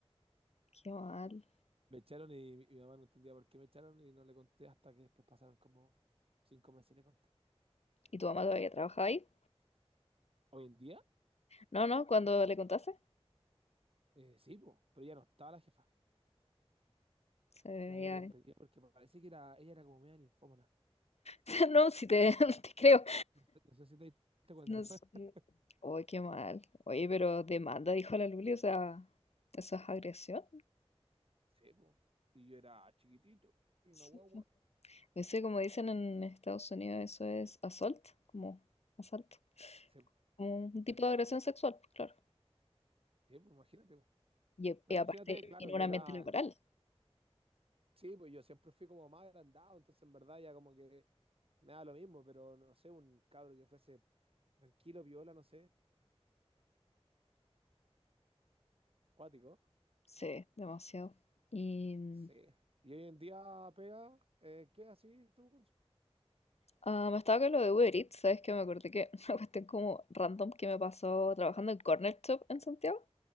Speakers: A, on the left (about 75°); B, on the right (about 60°).
A: qué mal.
B: Me echaron y mi, mi mamá no entendía por qué me echaron y no le conté hasta que después pasaron como cinco meses y le conté.
A: ¿Y tu mamá todavía trabajaba ahí?
B: Hoy en día,
A: No, no, cuando le contaste,
B: eh, sí, po, pero ya no estaba la jefa.
A: se veía...
B: La habían despedido porque parece que era, ella era como media ninfómana.
A: <laughs> No, si te, <laughs> te creo.
B: No sé, no sé si te diste cuenta.
A: No sé.
B: <laughs>
A: Oye, qué mal. Oye, pero demanda, dijo la Luli, o sea, ¿eso es agresión?
B: Sí, po. Y yo era chiquitito, era
A: Sí.
B: una guagua.
A: Ese, como dicen en Estados Unidos, eso es assault, como asalto.
B: Sí, po,
A: Como un
B: tal
A: tipo
B: cual,
A: de agresión
B: po.
A: sexual, pues, claro.
B: Sí, po, imagínate, po.
A: Y,
B: No,
A: y
B: imagínate,
A: aparte,
B: claro,
A: en
B: yo
A: un ambiente
B: era
A: laboral.
B: Sí, pues yo siempre fui como más agrandado, entonces en verdad ya como que me da lo mismo, pero no sé, un cabro que fuese tranquilo, viola, no sé, cuático.
A: Sí, demasiado. Y mm,
B: Sí. Y hoy en día pega, eh, ¿qué así tú? con su-
A: ah, me estaba con lo de Uber Eats, ¿sabes qué? Me acordé que <laughs> una cuestión como random que me pasó trabajando en Corner Shop en Santiago.